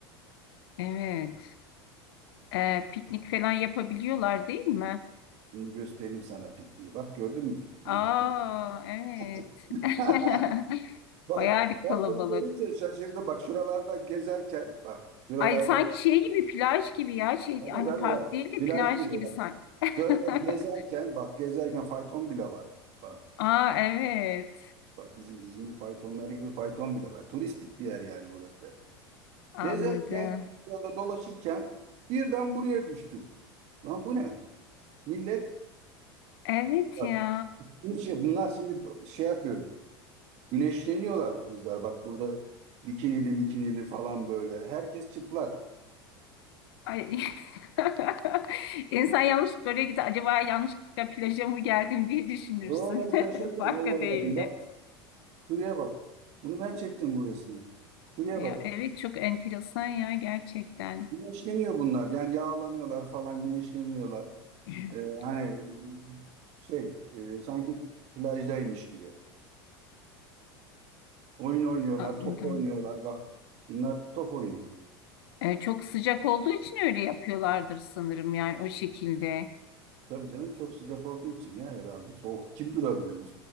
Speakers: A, on the left; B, on the right.
A: evet. E, piknik falan yapabiliyorlar değil mi?
B: Şimdi göstereyim sana pikniği. Bak gördün mü pikniği?
A: Aa, evet.
B: <laughs>
A: <laughs>
B: Bak
A: Bayağı bir kalabalık.
B: ben bunu görünce şaşırdım. Bak şuralarda gezerken bak şuralardan
A: Ay sanki şey gibi plaj gibi ya şey
B: tabii
A: hani
B: tabii
A: park
B: bak
A: değil de
B: plaj
A: plaj
B: gibi
A: gibi
B: bak.
A: sanki.
B: Şöyle
A: <laughs>
B: gezerken bak gezerken fayton bile var. Bak,
A: Aa evet
B: bak bizim İzmir faytonları gibi fayton bile var. Turistik bir yer yani burası da.
A: anladım.
B: Gezerken şöyle dolaşırken birden buraya düştüm. Lan bu ne? Millet
A: Evet
B: bak,
A: ya.
B: şimdi şey, bunlar şimdi şey yapıyor. Güneşleniyorlar bu kızlar. Bak burada bikinili mikinili falan böyle. Herkes çıplak.
A: Ay. <laughs> İnsan yanlış böreğe gider. Acaba yanlışlıkla plaja mı geldim diye düşünürsün.
B: Yo ben şaşırdım.
A: <laughs> Farka
B: Allah Allah
A: değildi.
B: dedim. Bak şuraya bak. Bunu ben çektim bu resmi. Şuraya
A: Ya,
B: bak.
A: evet çok enteresan ya gerçekten.
B: Güneşleniyor bunlar. Yani yağlanıyorlar falan güneşleniyorlar.
A: <clears throat>
B: Ee, hani şey e, sanki plajdaymış gibi. Oyun oynuyorlar,
A: Anladım.
B: top oynuyorlar. Bak bunlar top oynuyor.
A: E, çok sıcak olduğu için öyle yapıyorlardır sanırım yani o şekilde.
B: Tabii canım çok sıcak olduğu için ya herhalde. Soğuk kim durabilir bu,